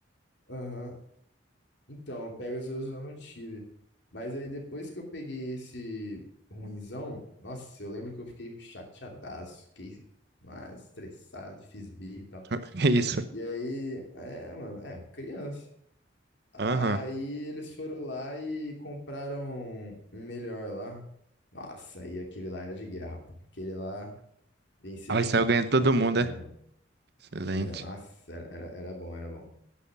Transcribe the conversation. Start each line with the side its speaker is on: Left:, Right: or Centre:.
Left: aham. Então, Pegasus eu não tive. Mas aí depois que eu peguei esse ruinzão, nossa, eu lembro que eu fiquei chateadaço, fiquei ah, estressado, fiz birra e tal.
Right: <laughs> Isso.
Left: E aí, é, mano, é, criança. Aí
Right: Aham.
Left: eles foram lá e compraram um melhor lá. Nossa, aí aquele lá era de guerra, pô. Aquele lá vencia
Right: Aí
Left: de,
Right: saiu
Left: ca-
Right: ganhando
Left: de
Right: todo
Left: qualquer
Right: mundo,
Left: um,
Right: né?
Left: mano.
Right: Excelente.
Left: Ganha- Nossa, era, era, era bom, era bom.